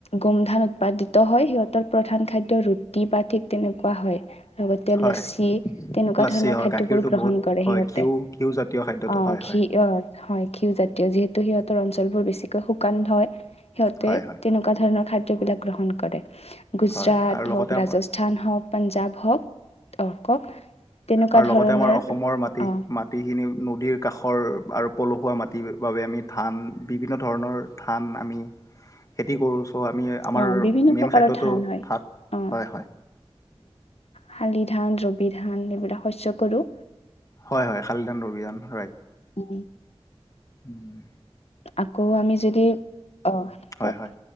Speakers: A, on the left; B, on the left.
A: গোমধান উৎপাদিত হয় সিহঁতৰ প্ৰধান খাদ্য ৰুটি বা ঠিক তেনেকুৱা হয় লগতে
B: হয়
A: লছি এনেকুৱা
B: লাচি
A: ধৰণৰ
B: হয়
A: খাদ্যবোৰ
B: গাখীৰটো
A: গ্ৰহণ
B: বহুত
A: কৰে
B: হয়
A: সিহঁতে
B: ঘিউ
A: অ,
B: ঘিউজাতীয় খাদ্যটো হয়
A: ঘি
B: হয়
A: ই, হয় ঘিউজাতীয় যিহেতু সিহঁতৰ অঞ্চল বোৰ বেছিকৈ শুকান হয় সিহতে
B: হয় হয়
A: তেনেক এনেকুৱা ধৰণৰ খাদবিলাক গ্ৰহণ কৰে গুজ
B: হয় আৰু লগতে
A: হ
B: আমাৰ
A: ৰাজ অনু্থান হওক পঞ্জাৱ হওক অ, কওক তেনেকুৱা
B: আৰু লগতে
A: ধৰণৰ
B: আমাৰ অসমৰ মাটি,
A: অ
B: মাট মাটিখিনি নদীৰ কাষৰ আৰু পলসুৱা মাটিৰ বাবে আমি ধান বিভিন্ন ধৰণৰ ধান আমি খেতি কৰোঁ চ' আমি আমাৰ
A: অ বিভিন্ন
B: মেইন
A: প্ৰকাৰৰ
B: খাদ্যটো
A: ধান হয়।
B: থাত
A: অ
B: হয়, হয়।
A: শালি ধান ৰবি ধান এইবিলাক শস্য কৰোঁ
B: হয় হয় শালিদান অভিযান ৰাইট
A: উম
B: উম
A: আকৌ আমি যদি অ
B: হয়
A: কওক
B: হয়